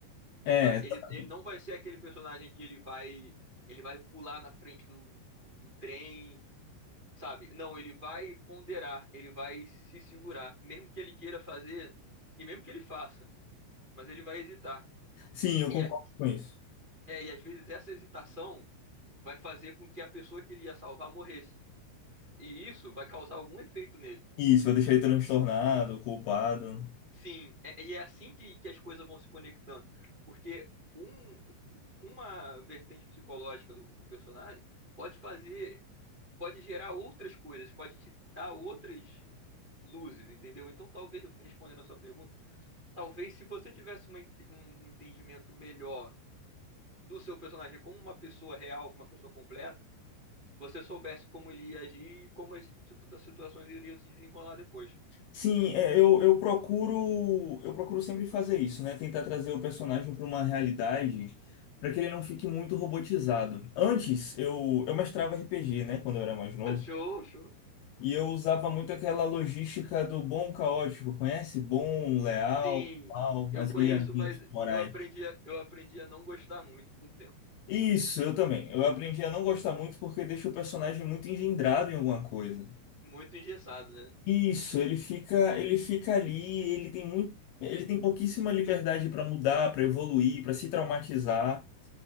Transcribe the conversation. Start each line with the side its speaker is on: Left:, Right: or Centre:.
Left: É,
Right: sabe?
Left: exatamente.
Right: Ele, ele não vai ser aquele personagem que ele vai, ele vai pular na frente do, do, do- do trem, sabe? Não, ele vai ponderar, ele vai se segurar, mesmo que ele queira fazer, e mesmo que ele faça, mas ele vai hesitar.
Left: Sim, eu
Right: E
Left: concordo com isso.
Right: É, e às vezes essa hesitação vai fazer com que a pessoa que ele ia salvar morresse. E isso vai causar algum efeito nele.
Left: Isso, vai deixar ele transtornado, culpado.
Right: Sim, é- e é assim que, que as coisas vão se conectando. Porque um, um- uma vertente psicológica do, do personagem pode fazer, pode gerar outras coisas, pode te dar outras luzes, entendeu? Então, talvez, respondendo a sua pergunta, talvez se você tivesse uma ente- um entendimento melhor do seu personagem como uma pessoa real, como uma pessoa completa você soubesse como ele ia agir e como as situ- as situações iriam se desenrolar depois.
Left: Sim, é, eu, eu procuro eu procuro sempre fazer isso, né? Tentar trazer o personagem para uma realidade para que ele não fique muito robotizado. Antes, eu, eu mestrava RPG, né? Quando eu era mais
Right: <laughs>
Left: novo.
Right: Show, show.
Left: E eu usava muito aquela logística do bom caótico, conhece? Bom, leal,
Right: Sim,
Left: mal,
Right: eu
Left: as
Right: conheço,
Left: alinhamentos
Right: mas
Left: morais.
Right: eu aprendi a, eu aprendi a não gostar muito com o tempo.
Left: Isso, eu também. Eu aprendi a não gostar muito porque deixa o personagem muito engendrado em alguma coisa.
Right: Muito engessado, né?
Left: Isso, ele fica, ele fica ali, ele tem muito, ele tem pouquíssima liberdade para mudar, para evoluir, para se traumatizar.